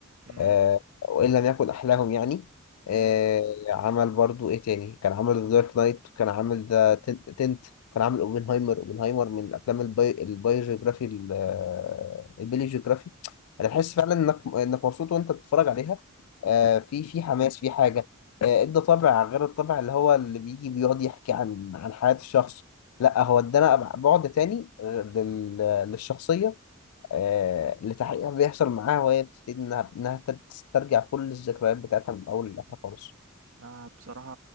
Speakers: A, on the right; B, on the left.
A: امم
B: آه، وإن لم يكن أحلاهم يعني آه،
A: امم
B: عمل برضو إيه تاني كان عمل ذا دارك نايت وكان عامل ذا تنت كان عامل أوبنهايمر أوبنهايمر من الأفلام الباي البايوجيوغرافي ال- آه، البيليوجيوغرافي أنا بحس فعلا إنك إنك مبسوط وأنت بتتفرج عليها آه، في في حماس في حاجة آه، إدى طابع غير الطابع اللي هو اللي بيجي بيقعد يحكي عن عن حياة الشخص لا هو ادانا بعد تاني آه، لل- للشخصية آه، لتحقيق اللي بيحصل معاها وهي بتبتدي إنها إنها تسترجع كل الذكريات بتاعتها من أول لآخر خالص
A: انا بصراحه